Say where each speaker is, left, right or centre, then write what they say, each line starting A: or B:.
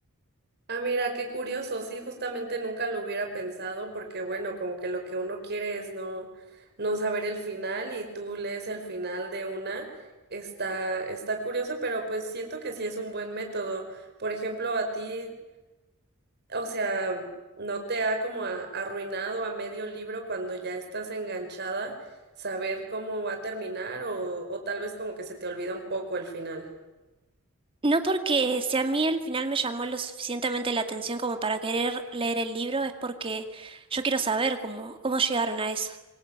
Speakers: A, on the right (about 50°); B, on the right (about 25°).
A: Ah, mira, qué curioso. Sí, justamente nunca lo hubiera pensado porque, bueno, como que lo que uno quiere es no, no saber el final y tú lees el final de una. Está, está curioso, pero pues siento que sí es un buen método. Por ejemplo, a ti, o sea, ¿no te ha como a- arruinado a medio libro cuando ya estás enganchada saber cómo va a terminar o, o tal vez como que se te olvida un poco el final?
B: No porque si a mí el final me llamó lo suficientemente la atención como para querer leer el libro, es porque yo quiero saber cómo, cómo llegaron a eso.